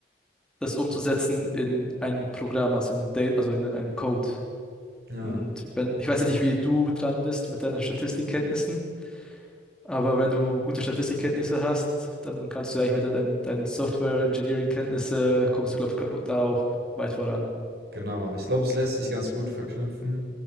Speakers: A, in the centre; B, on the right.
A: das umzusetzen in ein Programm, also in Date, also in, in einem Code.
B: Ja.
A: Und wenn, ich weiß jetzt nicht, wie du dran bist mit deinen Statistikkenntnissen, aber wenn du gute Statistikkenntnisse hast, dann kannst du ja eigentlich mit deinen, deinen Software-Engineering-Kenntnisse kommst du, glaube ich, da auch weit voran.
B: Genau, ich glaube, es lässt sich ganz gut verknüpfen.